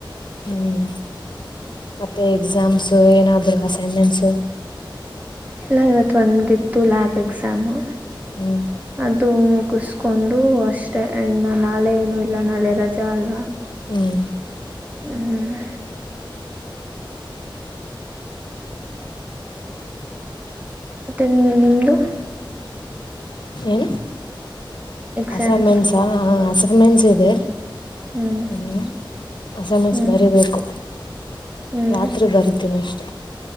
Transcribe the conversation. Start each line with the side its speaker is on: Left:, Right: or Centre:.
Left: ಹ್ಮ್ ಮತ್ತ ಎಕ್ಸಾಮ್ಸ್ ಏನಾದ್ರು ಅಸೈನ್ಮೆಂಟ್ಸ್
Right: ಇಲ್ಲ ಇವತ್ ಒಂದಿತ್ತು ಲ್ಯಾಬ್ ಎಕ್ಸಾಮು
Left: ಹ್ಮ್
Right: ಅದು ಮುಗುಸ್ ಹಕೊಂಡು ಅಷ್ಟೇ ಇನ್ನು ನಾಳೆ ಏನು ಇಲ್ಲ ನಾಳೆ ರಜೆ ಅಲ್
Left: ಹ್ಮ್
Right: ಹ್ಮ್ ಮತ್ತೆ ನೀ ನಿಮ್ದು
Left: ಏನ್
Right: ಎಕ್ಸಾಮ್ಸ್
Left: ಅಸೈಮೆಂಟ್ಸ್ ಅಸೈಮೆಂಟ್ಸ್ ಇದೆ
Right: ಹ್ಮ್
Left: ಇನ್ನು ಅಸಮೆಂಟ್ಸ್
Right: ಹ್ಮ್
Left: ಬರಿಬೇಕು
Right: ಹ್ಮ್
Left: ರಾತ್ರಿ ಬರಿತೀನಿ ಅಷ್ಟ